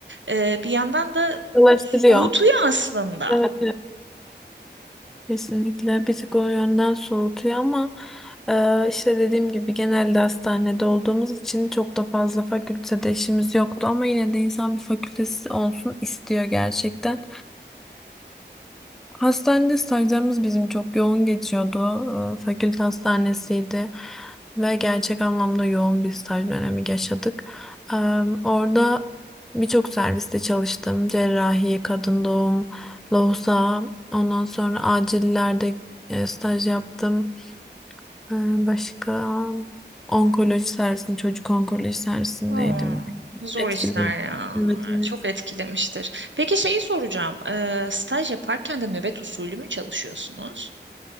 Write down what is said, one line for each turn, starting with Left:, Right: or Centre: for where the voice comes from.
Right: e, bir yandan da
Centre: Dolaştırıyor.
Right: soğutuyor aslında.
Centre: Evet. Kesinlikle bir tık o yönden soğutuyor ama e, işte dediğim gibi genelde hastanede olduğumuz için çok da fazla fakültede işimiz yoktu ama yine de insan bir fakültesi olsun istiyor gerçekten. Hastanede stajlarımız bizim çok yoğun geçiyordu. Ee, Fakülte hastanesiydi ve gerçek anlamda yoğun bir staj dönemi yaşadık. Ee, Orada birçok serviste çalıştım. Cerrahi, kadın doğum, lohusa, ondan sonra acillerde e, staj yaptım. Ee, Başka onkoloji servisinde, çocuk onkoloji servisindeydim.
Right: Aa, zor
Centre: Etkileyici.
Right: işler ya.
Centre: Evet, evet.
Right: Çok etkilemiştir. Peki şeyi soracağım. Ee, staj yaparken de nöbet usulü mü çalışıyorsunuz?